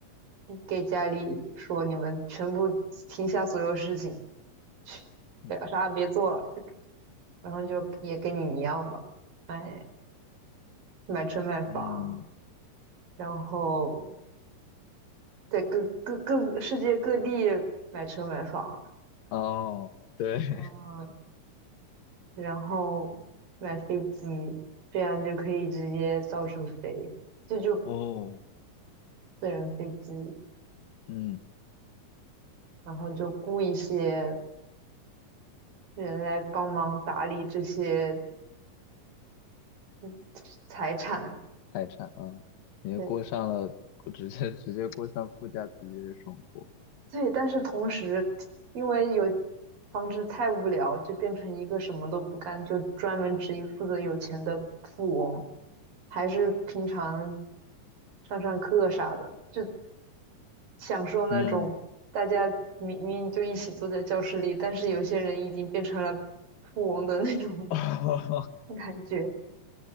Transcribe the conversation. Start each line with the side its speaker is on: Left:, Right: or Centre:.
Right: 给家里说你们全部停下所有事情，去，
Left: 嗯
Right: 对啥也别做了。然后就也跟你一样吧，买买车买房，
Left: 嗯，
Right: 然后在各各各世界各地买车买房，
Left: 哦，对，<laughs>
Right: 嗯，然后买飞机，这样就可以直接到处飞，这就
Left: 哦，
Right: 私人飞机，
Left: 嗯，
Right: 然后就雇一些人来帮忙打理这些嗯财产，
Left: 财产啊，你就过上了，
Right: 对，
Left: 直接直接过上富家子弟的生活，
Right: 对，但是同时，因为有防止太无聊，就变成一个什么都不干，就专门只负责有钱的富翁，还是平常上上课啥的，就享受那种大家明明就一起坐在教室里，
Left: 嗯，
Right: 但是有些人已经变成了富翁的那种
Left: <laughs>
Right: <laughs> 感觉。